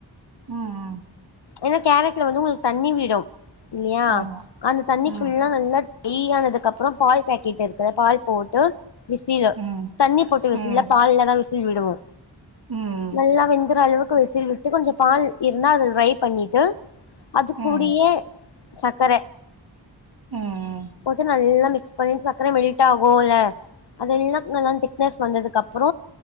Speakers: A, on the right (about 50°); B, on the left (about 65°).
A: ம் ம்
B: ஏனா கேரட்ல வந்து உங்களுக்கு தண்ணி விடு இல்லயா
A: ஆமா.
B: அந்த தண்ணி
A: ம்
B: ஃபுல்லா நல்ல ய் ஆனதுக்கு அப்புற பால் பேக்கெட்டு இருக்குல பால் போட்டு விஸ்ஸிங்கு
A: ம்
B: தண்ணி போட்டு விஸ்
A: ம் ம்
B: இல்ல பால்லாதா வி சில் விடுவோ
A: ம்
B: நல்லா வெந்துற அளுவு க்கு விசில் விட்டு கொஞ்ச பால் இருந்தா அதில் ரைப் பண்ணிட்டு அது
A: ம்
B: கூடியே சக்கரை
A: ம்
B: போத்து நல்லா மிக்ஸ் பண்ணி சக்கரை மெல்ட் ஆகு இல்ல அதெல்லா நல்லா திக்னஸ் வந்ததுக்கு அப்புற